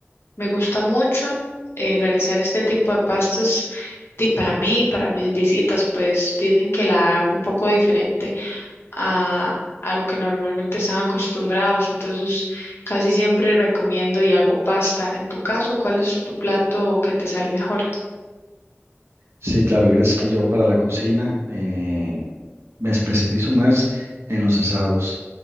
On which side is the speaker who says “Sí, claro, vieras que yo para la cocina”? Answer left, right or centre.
Right